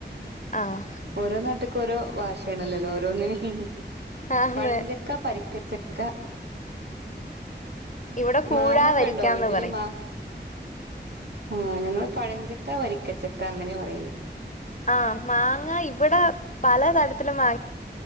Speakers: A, on the left; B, on the right.
A: ആഹ്
B: ഓരോ നാട്ട്ക്ക് ഓരോ വാഷയാണല്ലോല്ലോ ഓരോന്നിന് ഹി ഹി
A: ആന്ന്
B: പഴഞ്ച ക്ക പരിക്കച്ചക്ക
A: ഇവിടെ കൂഴാ
B: മാങ്ങക്ക
A: വരിക്കാന്ന്
B: ണ്ടോ വീട്ടില്?
A: പറയും
B: മാ ആഹ് ഞങ്ങള് പഴഞ്ചക്ക, വരിക്കച്ചക്ക അങ്ങനെയാ പറയല്.
A: ആഹ് മാങ്ങ ഇവിടെ പല തരത്തില മാങ്ങ